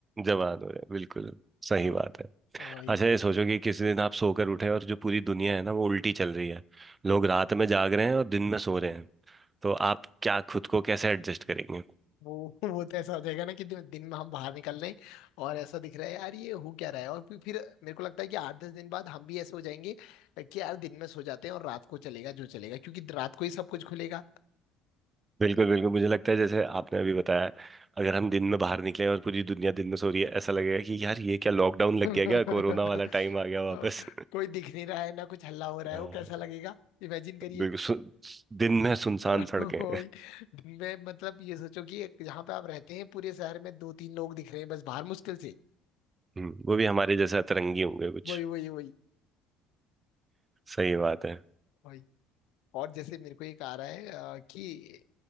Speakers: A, on the right (about 25°); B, on the left (about 75°).
A: जवान हो गए बिल्कुल सही
B: अ-
A: बात है
B: वही
A: अच्छा ये सोचो कि किसी दिन आप सोकर उठे और जो पूरी दुनिया है ना वो उल्टी चल रही है लोग रात में जाग रहे हैं और दिन में सो रहे हैं तो आप क्या खुद को कैसे एडजस्ट करेंगे
B: वो वो तो ऐसा हो जाएगा ना कि दिन, दिन में हम बाहर निकल रहे हैं और ऐसा दिख रहा है यार ये हो क्या रहा है और फिर फिर मेरे को लगता है कि आठ दस दिन बाद हम भी ऐसे हो जाएंगे कि यार दिन में सो जाते हैं और रात को चलेगा जो चलेगा क्योंकि रात को ही सब कुछ खुलेगा
A: बिल्कुल बिल्कुल मुझे लगता है जैसे आपने अभी बताया अगर हम दिन में बाहर निकले और पूरी दुनिया दिन में सो रही है ऐसा लगेगा कि यार ये क्या लॉकडाउन
B: <laughs>
A: लग
B: और
A: गया क्या कोरोना वाला टाइम आ गया वापस
B: कोई दिख नहीं रहा है ना कुछ हल्ला हो रहा
A: <laughs> हाँ,
B: है वो कैसा लगेगा इमेजिन करिए
A: बिल्कुल सु- दिन में सुनसान
B: <laughs>
A: सड़कें
B: वही, दिन में मतलब ये सोचो कि एक जहाँ पे आप रहते हैं पूरे शहर में दो तीन लोग दिख रहे हैं बस बाहर मुश्किल से
A: हम्म, वो भी हमारे जैसे अतरंगी होंगे कुछ
B: वही वही वही
A: सही बात है
B: वही और जैसे मेरे को एक आ रहा है अ, कि